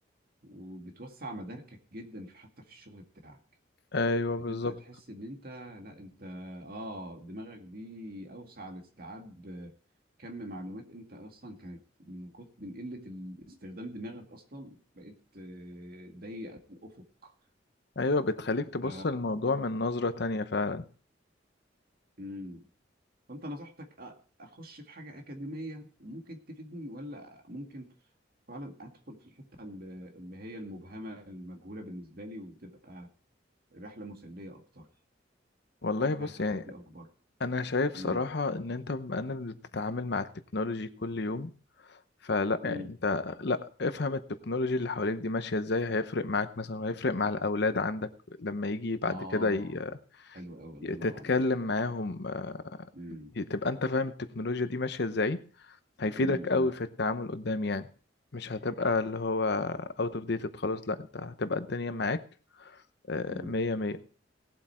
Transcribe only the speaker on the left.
ايوه
بالظبط
ايوه بتخليك تبص
الموضوع من نظرة تانية فعلا
والله بص
يعني
انا شايف صراحة
ان انت بما انك بتتعامل مع التكنولوجي كل يوم فلا
يعني انت لا افهم التكنولوجي اللي حواليك دي ماشية ازاي هيفرق معاك مثلا وهيفرق مع الاولاد عندك لما يجي بعد
كده ي-
ي-
تتكلم
معاهم آه،
تبقى انت فاهم التكنولوجيا دي ماشية ازاي هيفيدك
قوي في التعامل قدام يعني مش هتبقى اللي هو out of dated خلاص لا انت هتبقى الدنيا معاك آه،
مية مية